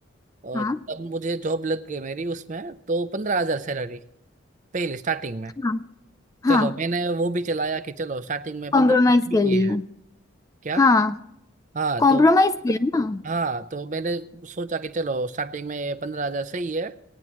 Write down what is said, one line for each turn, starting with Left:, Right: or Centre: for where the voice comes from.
Right: अ,
Left: हाँ
Right: तब मुझे जॉब लग गई मेरी उसमें तो पंद्रह हजार सैलरी पहले स्टार्टिंग में
Left: हाँ हाँ
Right: चलो मैंने वो भी चलाया कि चलो स्टार्टिंग में
Left: कॉम्प्रोमाइज
Right: पंद्रह ठीक
Left: कर लिया
Right: ही है क्या
Left: हाँ
Right: हाँ
Left: कॉम्प्रोमाइज
Right: तो
Left: किया ना
Right: हाँ तो मैंने सोचा कि चलो स्टार्टिंग में पंद्रह हजार सही है